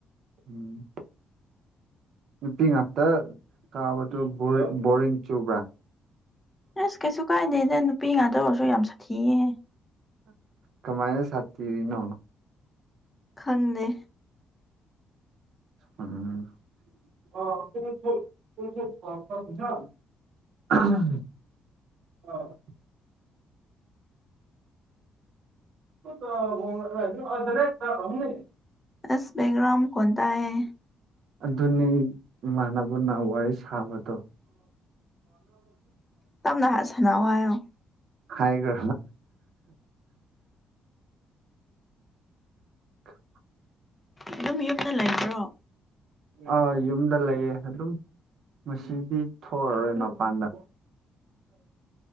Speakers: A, on the right; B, on the left.
A: ꯎꯝ <inaudible> ꯅꯨꯄꯤ ꯉꯥꯛꯇ ꯀꯥꯕꯗꯨ ꯕꯣꯔꯤꯡ ꯆꯨꯕ꯭ꯔꯥ
B: ꯑꯁ ꯀꯩꯁꯨ ꯀꯥꯏꯗꯦꯗ ꯅꯨꯄꯤ ꯉꯥꯛꯇ ꯑꯣꯏꯔꯁꯨ ꯌꯥꯝ ꯁꯥꯊꯤꯑꯦ
A: ꯀꯃꯥꯏꯅ ꯁꯥꯇꯤꯔꯤꯅꯣ
B: ꯈꯪꯗꯦ
A: ꯎꯝ <inaudible> ꯑꯥ <unintelligible>
B: ꯏꯁ ꯕꯥꯛꯒ꯭ꯔꯝ ꯃꯀꯣꯟ ꯇꯥꯏ ꯌꯦ
A: ꯑꯗꯨꯅꯤ ꯏꯃꯥꯟꯅꯕꯅ ꯋꯥꯔꯤ ꯁꯥꯕꯗꯣ
B: ꯇꯞꯅ ꯁꯥꯟꯅꯧ ꯍꯥꯏꯌꯣ
A: ꯍꯥꯏꯒꯦ <inaudible>
B: ꯑꯗꯨꯝ ꯌꯨꯝꯗ ꯂꯩꯕ꯭ꯔꯣ
A: ꯑꯥ ꯌꯨꯝꯗ ꯂꯩꯌꯦ ꯑꯗꯨꯝ ꯉꯁꯤꯗꯤ ꯊꯣꯛꯑꯔꯣꯏ ꯃꯄꯥꯟꯗ